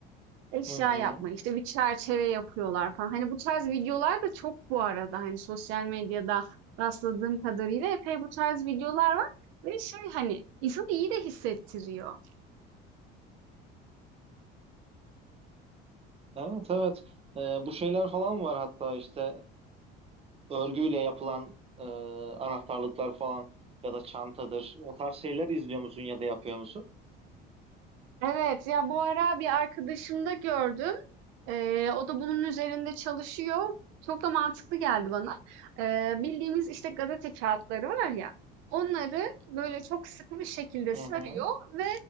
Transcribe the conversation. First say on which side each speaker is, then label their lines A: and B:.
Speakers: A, on the right (about 80°); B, on the right (about 30°).
A: Eşya
B: Hı hı.
A: yapma, işte bir çerçeve yapıyorlar falan. Hani bu tarz videolar da çok bu arada hani sosyal medyada rastladığım kadarıyla epey bu tarz videolar var. Ve şey hani insanı iyi de hissettiriyor.
B: Evet evet. Ee, bu şeyler falan var hatta işte e, örgüyle yapılan e, anahtarlıklar falan ya da çantadır. O tarz şeyler izliyor musun ya da yapıyor musun?
A: Evet ya bu ara bir arkadaşımda gördüm. Ee, o da bunun üzerinde çalışıyor. Çok da mantıklı geldi bana. Ee, bildiğimiz işte gazete kağıtları var ya. Onları böyle çok sıkı bir şekilde
B: Hı
A: sarıyor
B: hı.
A: ve